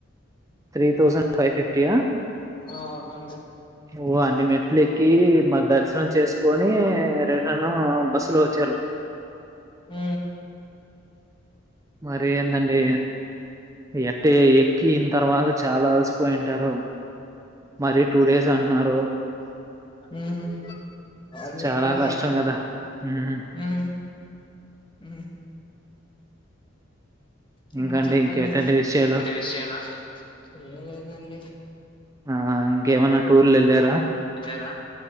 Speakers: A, on the right; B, on the left.
A: three thousand five fifty ఆ
B: ఆ అవునండి
A: ఓ అన్ని మేట్లు ఎక్కి మరి దర్శనం చేసుకొని రిటన్ బస్సులో వచ్చారు
B: హు
A: మరి ఏందండి ఎట్ట ఎక్కిన తర్వాత చాలా అలసిపోయింటారు మరీ టూ డేస్ అంటున్నారు
B: ఉహూ కాళ్ళు
A: చాలా
B: నొప్పులండి
A: కష్టం కదా ఉమ్
B: హూ హూ హ్మ్
A: ఇంకండి
B: చెప్పండి
A: ఇంకేటండి
B: <unintelligible>
A: విషయాలు
B: అయిరా ఏం లేదండి
A: ఆ ఇంకేమనా టూర్ లు ఎళ్ళారా
B: ఎళ్ళరా